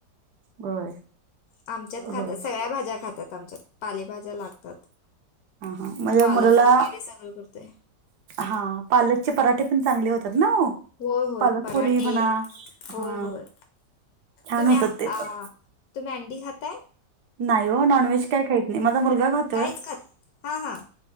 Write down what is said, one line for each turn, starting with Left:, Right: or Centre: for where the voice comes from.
Right: होय
Left: आमच्यात खातात
Right: होय
Left: सगळ्या भाज्या खातात आमच्यात पालेभाज्या लागतात
Right: हा हा म्हणजे
Left: पालक
Right: मुलाला
Left: वगैरे सगळं करतोय
Right: हा पालकचे पराठे पण चांगले होते तर ना
Left: होय होय
Right: पलक
Left: पराठे
Right: पुुरी बणा
Left: होय
Right: हम
Left: होय
Right: छानत
Left: तुम्ही आ,
Right: ते
Left: आ,
Right: पण
Left: तुम्ही अंडी खाताय
Right: नाही हो नॉनव्हेज काय खहीत नाही माझ मुला खात
Left: काहीच खात हा हा